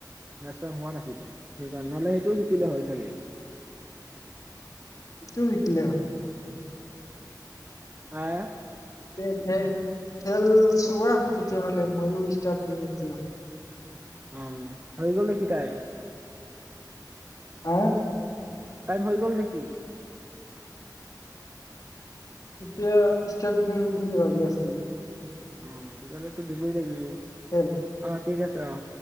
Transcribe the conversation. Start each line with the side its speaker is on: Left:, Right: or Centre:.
Right: <unintelligible> হোৱা নাছিল সেইকাৰণে, নহলে সেইটোও জিকিলে হয় চাগে।
Left: <unintelligible> জিকিলে হয়।
Right: আহ।
Left: তে খেল-খেল চোৱা, তেতিয়াহলে মইও ষ্টাট দিম এতিয়া।
Right: অ, হৈ গলনেকি টাইম?
Left: হাঁ‌?
Right: টাইম হৈ গল নেকি?
Left: এতিয়া ষ্টাৰ্ট দিম বুলি ভাবি আছিলোঁ‌।
Right: অ তেতিয়াহলেতো দিবই লাগিব।
Left: খেল।
Right: আঠ। ঠিক আছে আহ।